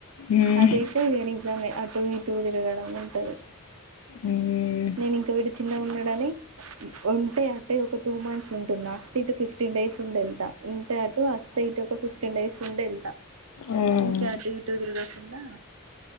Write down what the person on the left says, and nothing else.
మ్మ్
మ్మ్
మ్మ్